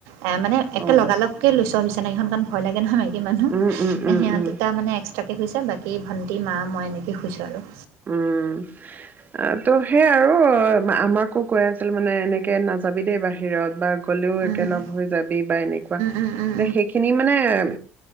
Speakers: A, on the right (about 80°); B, on the right (about 35°).
A: এ মানে একে
B: অ
A: লগালকে লৈছোঁ আৰু বিচনাগিখন, কাৰণ ভয় লাগে নহয়। মাইকীমানুহ,
B: উম
A: সিহঁত
B: উম উম উম
A: দুটা মানে এক্সট্ৰাকে শুইছে, বাকী ভণ্টি, মা, মই এনেকেই শুইছোঁ আৰু।
B: উম। ত' সেইয়া আৰু আমাকো কৈ আছিল মানে এনেকে নাযাবি দেই বাহিৰত বা- গ'লেও
A: উম
B: একেলগ হৈ যাবি বা এনেকুৱা।
A: উম উম
B: এতিয়া সেইখিনি মানে-